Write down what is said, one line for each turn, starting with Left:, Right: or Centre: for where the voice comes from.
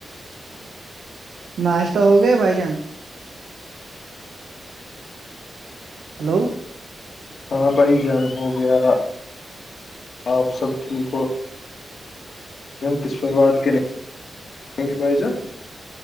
Right: ناشتہ ہو گیا بھائی جان ہلو
Left: ہاں بھائی جان ہو گیا آپ سب ٹھیک ک پر کرک بائی جان